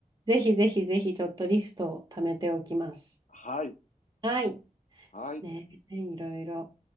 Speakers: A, on the right; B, on the left.
A: ぜひぜひぜひちょっとリストを貯めておきます。
B: はい。
A: はい。
B: はい。
A: ね、いろいろ。